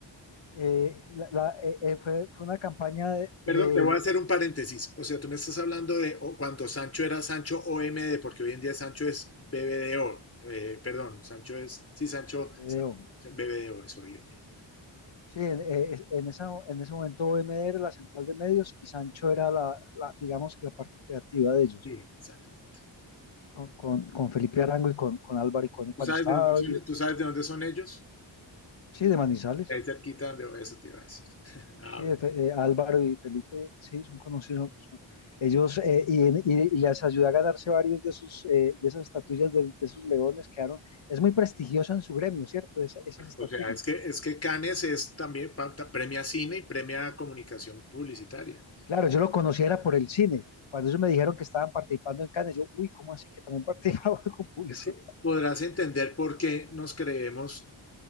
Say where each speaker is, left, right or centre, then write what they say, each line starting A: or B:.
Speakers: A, on the left; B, on the left.
A: Eh, la, la, eh, eh, fue, fue, una campaña de,
B: Perdón,
A: de,
B: te voy a hacer un paréntesis. O sea, tú me estás hablando de o- cuando Sancho era Sancho o m d porque hoy en día Sancho es BBDO. Eh, perdón, Sancho es, sí, Sancho,
A: BDO,
B: Sancho- BBDO es hoy en día.
A: Sí, en, eh, es- en esa, en ese momento OMD era la central de medios y Sancho era la, la, digamos que la parte creativa de ellos,
B: Sí, exactamente.
A: con, con, con Felipe Arango y con, con Álvaro y con, cuando
B: ¿Tú sabes
A: estaba,
B: de dónde son,
A: vivo.
B: tú sabes de dónde son ellos?
A: sí, de Manizales,
B: De Ahí cerquita donde eso te iba a decir. <laughs> Ah,
A: sí,
B: bueno.
A: de Fe- eh, Álvaro y Felipe, sí, son conocidos, son- ellos, eh, y, en- y- y les ayudó a ganarse varios de sus, eh, de esas estatuillas, de, de esos leones, quedaron, es muy prestigioso en su gremio, ¿cierto? Esa- esas estatuillas.
B: O sea, es que, es que Cannes es también pa- ta- premia cine y premia comunicación publicitaria.
A: Claro, yo lo conocía era por el cine, cuando ellos me dijeron que estaban participando en Cannes, yo, uy, ¿cómo así que también participaba <laughs> con publicidad?
B: Es que podrás entender por qué nos creemos